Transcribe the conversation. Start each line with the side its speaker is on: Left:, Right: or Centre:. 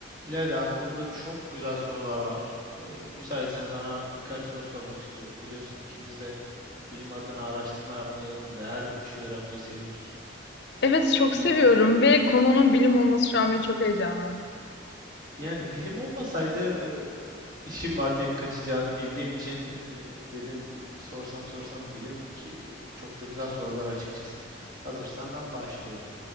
Right: İlayda aklımda çok güzel sorular var. Ee, müsaitsen sana birkaç soru sormak istiyorum. Biliyorsun ikimiz de bilim adına araştırma yapmayı ve her gün bir şey öğrenmeyi seviyoruz.
Left: Evet çok
Right: Ee,
Left: seviyorum
Right: o şekilde.
Left: ve konunun bilim olması şu an beni çok heyecanlandırdı.
Right: Yani bilim olmasaydı e, işim var deyip kaçacağını bildiğim için e, dedim bir sorsam sorsam bilim ki çok da güzel sorular açıkçası. Hazırsan ben başlıyorum.